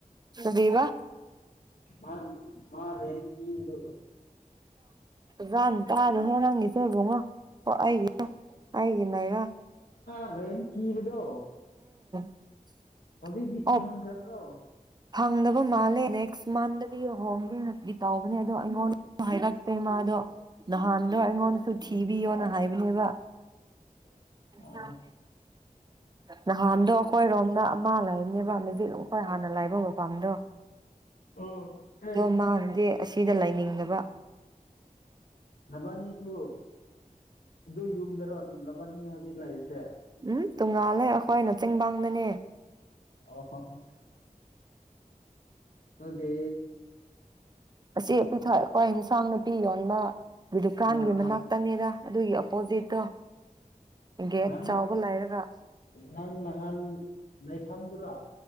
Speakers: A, on the right; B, on the left.
A: ꯕꯤꯕꯥ
B: ꯃꯥ ꯃꯥ ꯔꯦ ꯊꯤꯗ
A: ꯔ ꯇꯗ ꯍꯥꯏ ꯅꯪꯒꯤ ꯁꯕꯉ ꯑꯣ ꯑꯩꯒ ꯑꯒꯔ
B: ꯔꯦꯜ ꯊꯒꯗꯣ
A: <unintelligible>
B: ꯁꯖꯤ
A: ꯑꯣ
B: ꯁꯪꯁꯥꯗ
A: ꯐꯪꯗꯕ ꯃꯥꯜꯂꯦ ꯅꯦꯛꯁ ꯃꯟꯗꯗꯤ ꯍꯣꯡꯒꯦꯅꯗꯤ ꯇꯧꯕꯅꯦ ꯑꯗꯣ ꯑꯩꯉꯣꯟꯗ ꯍꯥꯏꯔꯛꯇꯦ ꯃꯥꯗꯣ ꯅꯍꯥꯟꯗꯣ ꯑꯩꯉꯣꯟꯗꯁꯨ ꯊꯤꯕꯤꯌꯣꯅ ꯍꯥꯏꯕꯅꯦꯕ
B: <unintelligible>
A: ꯥꯡ
B: ꯑꯣ
A: ꯊꯥꯡ ꯅꯍꯥꯟꯗꯣ ꯑꯩꯈꯣꯏꯔꯣꯝꯅ ꯑꯃ ꯂꯩꯕꯅꯦꯕ ꯃꯦꯖꯤꯛ ꯑꯩꯈꯣꯏ ꯍꯥꯟꯅ ꯂꯥꯏꯕ ꯃꯄꯥꯝꯗꯣ
B: ꯎꯝ ꯑꯦ
A: ꯑꯣ ꯃꯥꯟꯗꯦ ꯑꯁꯤꯗ ꯂꯩꯥꯏꯅꯤꯡꯅꯕ
B: ꯅꯕꯥꯅꯤꯁꯨ ꯑꯗꯨ ꯌꯨꯝꯗꯔꯣ ꯅꯕꯥꯅꯤ ꯍꯧꯖꯤꯛ ꯂꯩꯔꯤꯁꯦ
A: ꯎꯝ ꯇꯣꯡꯉꯥꯜꯂꯦ ꯑꯩꯈꯣꯏꯅ ꯆꯤꯡꯕꯥꯡꯗꯅꯦ
B: ꯑ ꯑꯗ
A: ꯑꯦ ꯄꯤꯊꯣꯛꯑꯦ ꯑꯩꯈꯣꯏ ꯏꯟꯁꯥꯡ ꯅꯥꯄꯤ ꯌꯣꯟꯕ ꯗꯨꯀꯥꯟꯒꯤ
B: ꯑꯥ
A: ꯃꯅꯥꯛꯇꯅꯤꯗ
B: ꯑꯥ
A: ꯑꯗꯨꯒꯤ ꯑꯣꯄꯣꯖꯤꯠꯇꯣ ꯒꯦꯠ
B: ꯅꯪ
A: ꯆꯥꯎꯕ
B: ꯅꯍꯥꯟ
A: ꯂꯩꯔꯒ
B: ꯅꯪ ꯅꯍꯥꯟ ꯂꯩꯐꯝꯗꯨꯔꯥ